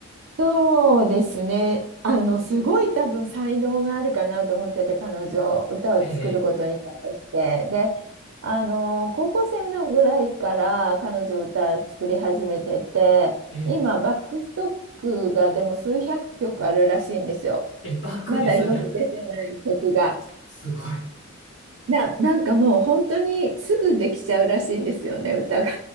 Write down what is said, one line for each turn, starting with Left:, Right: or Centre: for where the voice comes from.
Right: そうですね。あの、すごい多分才能があるかなと思ってて、彼女、歌を作ることに対して。
Left: ええ、
Right: で、あの、高校生のぐらいから彼女歌作り始めてて、
Left: ええ、
Right: 今、バックストックがでも数百曲あるらしいんですよ。
Left: ええ、バックにそうや、
Right: まだ世に出てない曲が。
Left: すごい。
Right: な、なんかもう本当にすぐできちゃうらしいんですよね、歌が。